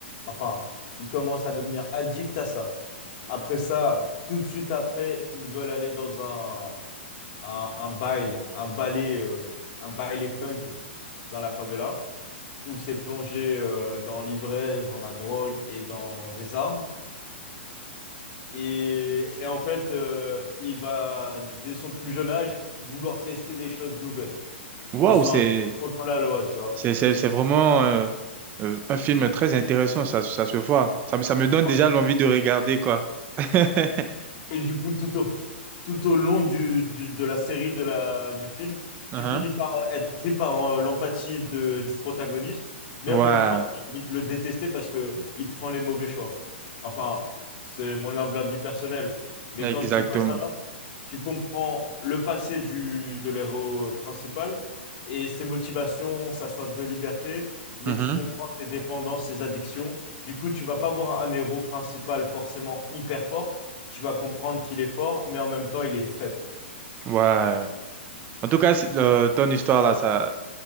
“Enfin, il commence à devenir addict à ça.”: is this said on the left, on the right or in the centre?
Left